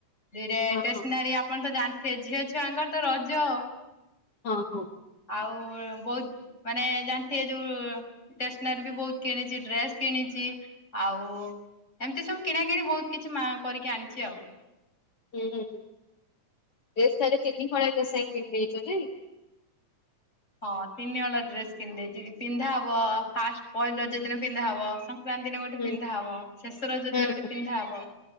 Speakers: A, on the left; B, on the left.
A: ଦୁଇରେ
B: ହଁ
A: ଷ୍ଟେସ୍ନାରୀ
B: ହଁ
A: ଆପଣ ତ ଜାଣିଥିବେ ଝିଅ ଛୁଆଙ୍କର ତ ରଜ
B: ହଁ ହଉ।
A: ଆଉ ବହୁତ ମାନେ ଜାଣିଥିବେ ଯୋଉ ଷ୍ଟେସନାରି ବି ବହୁତ କିଣିଛି, ଡ୍ରେସ୍ କିଣିଛି। ଆଉ ଏମିତି ସବୁ କିଣା କିିଣି ବହୁତ କିଛି ମା କରିକି ଆଣିଛି ଆଉ।
B: ହୁଁ-ହୁଁ-ହୁଁ, ଡ୍ରେସ୍‌ ତା ହେଲେ ତିନି ହଳ ଏକା ସାଙ୍ଗେ କିଣି ଦେଇଛ ନାଇଁ।
A: ହଁ ତିନି ହଳ ଡ୍ରେସ କିମଦେଇଛି ପିନ୍ଧା ହବ ଫାଷ୍ଟ ପହିଲି ରଜ ଦିନ ପିନ୍ଧା ହବ ସଂ ସଂକ୍ରାନ୍ତି ଦିନ ଗୋଟେ
B: ହୁଁ
A: ପିନ୍ଧା ହବ ଶେଷ ରଜ
B: ହୁଁ
A: ଦିନ ଗୋଟେ ପିନ୍ଧା ହବ